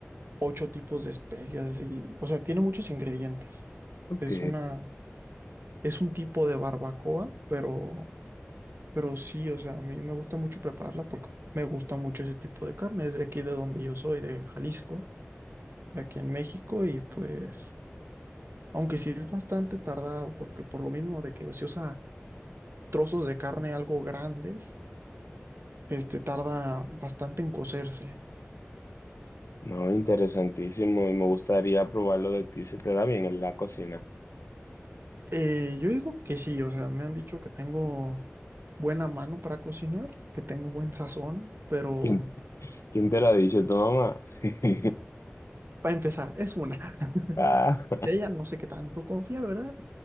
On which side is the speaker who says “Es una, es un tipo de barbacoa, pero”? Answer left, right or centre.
Right